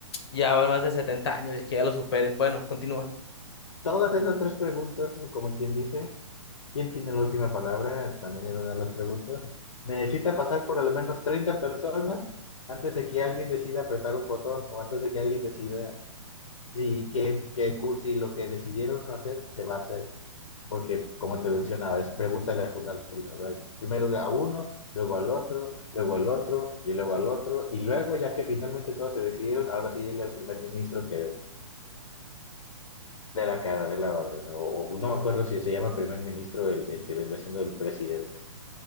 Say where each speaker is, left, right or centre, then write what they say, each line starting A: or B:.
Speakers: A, on the left; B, on the left.
A: ya van más de 70 años y que ya lo superen. Bueno, continúa.
B: Todas esas tres preguntas, como quien dice, ¿quién tiene la última palabra? También era una de las preguntas. Necesita pasar por al menos 30 personas antes de que alguien decida apretar un botón o antes de que alguien decida si que, que cursi lo que decidieron hacer se va a hacer. Porque, como te mencionaba, es pregúntale al, al sul- a ver, primero a uno, luego al otro, luego al otro y luego al otro. Y luego, ya que finalmente todos se decidieron, ahora sí dile al primer ministro que, de la cara de la orden, o, o no me acuerdo si se llama primer ministro el, el que vendrá siendo el presidente.